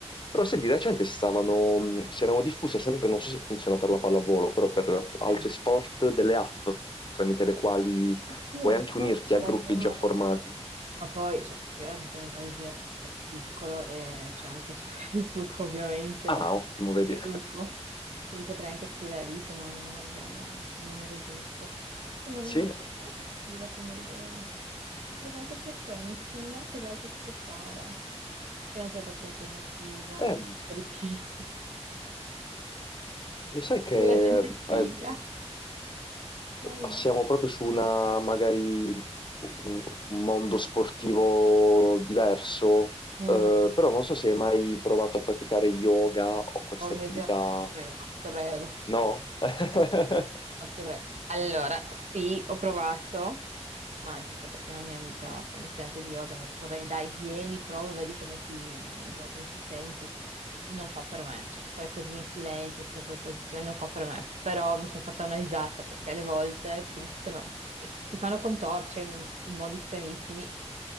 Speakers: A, on the left (about 45°); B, on the right (about 80°).
A: Però se di recente stavano, mh, si erano diffuse sempre, non so se funziona per la pallavolo, però per alp- altri
B: Sì.
A: sport, delle app tramite le quali
B: Oddio,
A: Puoi
B: effettivamente
A: anche unirti
B: c'è
A: a
B: ragione.
A: gruppi già formati.
B: Ma poi, cioè, io ora abito in un paesino proprio piccolo e c'è anche su <laughs> Facebook ovviamente
A: Ah,
B: la-
A: ottimo, vedi.
B: il gruppo, quindi potrei anche scrivere lì se non, non arriviamo al numero giusto. Se non,
A: Sì,
B: non è cattiva come idea, potrebbe anche piacermi, se no cos'altro si può fare? Che non sia troppo impegnativo,
A: eh,
B: giusto per i pigri,
A: lo sai
B: <laughs>
A: che
B: per la gente
A: eh,
B: pigra. Allora,
A: passiamo proprio su una, magari, un un mondo sportivo diverso,
B: mm.
A: eh, però non so se hai mai provato a praticare yoga o queste
B: Oh mio
A: attività.
B: Dio, no, ti prego, no, te prego.
A: No? <laughs>
B: No, no, te prego. Allora, sì, ho provato, ma giusto perché una mia amica fa l'insegnante di yoga, mi ha detto, va bene, dai, vieni, prova, vedi come ti, come ti senti. Non fa per me, cioè stare così in silenzio, tutte quelle posizioni, non fa per me. Però mi sono fatta una risata perché alle volte ti mettono, cioè, ti fanno contorcere in in modi stranissimi.